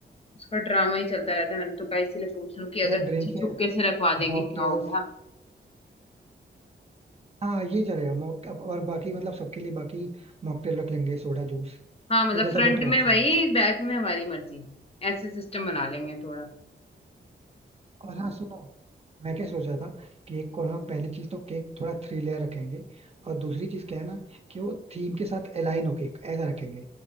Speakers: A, on the left; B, on the right.
A: उसका ड्रामा ही चलता रहता है मैंने तो कहा इसीलिए पूछ लूं कि अगर
B: जैसे
A: पीछे
B: ड्रिंक्स है
A: छुपके से रखवा देंगे
B: मॉकटेल्स
A: क्या हो गया
B: हाँ ये चलेगा मॉक अब और बाकी मतलब सबके लिए बाकी मॉकटेल रख लेंगे सोडा जूस
A: हाँ मतलब
B: ये ज्यादा
A: फ्रंट
B: बेटर ऑप्शन
A: में वही
B: है
A: बैक में हमारी मर्जी ऐसे सिस्टम बना लेंगे थोड़ा
B: और हाँ सुनो मैं क्या सोच रहा था केक को ना पहली चीज तो केक थोड़ा थ्री लेयर रखेंगे और दूसरी चीज क्या है ना कि वो थीम के साथ अलाइन हो केक ऐसा रखेंगे